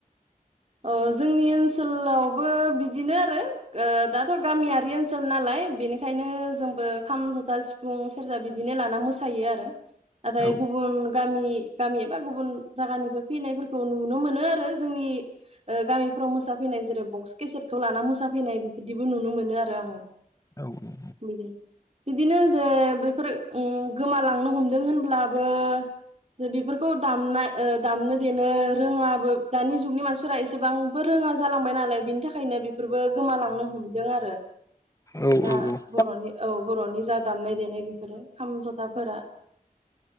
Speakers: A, on the right; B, on the left.
A: ओ जोंनि ओनसोलावबो बिदिनो आरो ओ दाथ गामियारि ओनसोल नालाय बेनिखायनो जोंबो खाम जथा सिफुं सेरजा बिदिनो लाना मोसायो आरो नाथाय
B: औ
A: गुबुन गामि गामि एबा गुबुन जागानिफाय फैनायफोरखौ नुनो मोनो आरो जोंनि ओ गामिफोराव मोसाफैनाय जेरै बक्स केसेटखौ लाना मोसाफैनाय बेफोरबादिबो नुनो मोनो आरो आङो
B: औ औ।
A: बिदि बिदिनो जे बेफोर उम गोमालांनो हमदों होनब्लाबो जे बेफोरखौ दामना दामनो देनो रोङाबो दानि जुगनि मानसि। प्राइस। एसेबांबो रोङा जालांबाय नालाय बिनि थाखायनो। फोरबो गोमालांनो हमदों आरो।
B: औ
A: जा
B: औ
A: बरनि औ बरनि जा दामनाय देनाय बेफोरो खाम जथाफोरा।